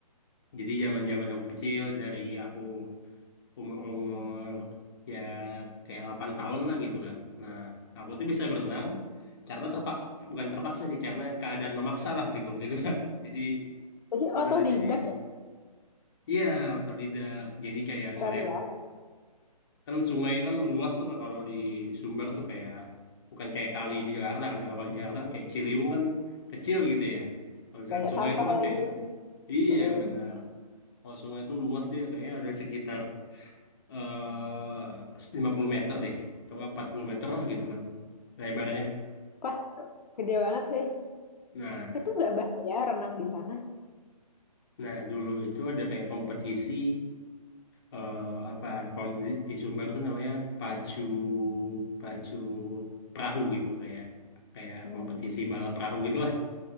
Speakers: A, on the left; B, on the left.
A: Jadi zaman-zaman aku kecil dari aku umur-umur ya kayak 8 tahun lah gitu kan. Nah, aku tuh bisa berenang karena terpaksa, bukan terpaksa sih, karena keadaan memaksa lah gitu waktu itu. Kak. <laughs> Jadi
B: Jadi
A: inilah
B: otodidak
A: jadi
B: ya,
A: iya otodidak. Jadi kayak ngeliat
B: keren banget.
A: kan sungai kan luas tuh Kak, kalau di Sumber tuh kayak bukan kayak kali di Jakarta kan kalau kali di Jakarta kan kayak Ciliwung kan kecil gitu ya. Kalau misalkan
B: Banyak
A: sungai
B: sampah
A: itu kan
B: lagi.
A: kayak iya
B: Mm.
A: benar. Kalau sungai itu luas dia kayaknya ada sekitar eh 50 meter deh atau nggak 40 meter lah gitu kan lebarnya.
B: Wah, gede banget sih.
A: Nah,
B: Itu nggak bahaya renang di sana.
A: nah dulu itu ada kayak kompetisi eh apa kalau di, di Sumbar tuh namanya pacu pacu perahu gitu kayak kayak
B: Hmm.
A: kompetisi balap perahu gitulah.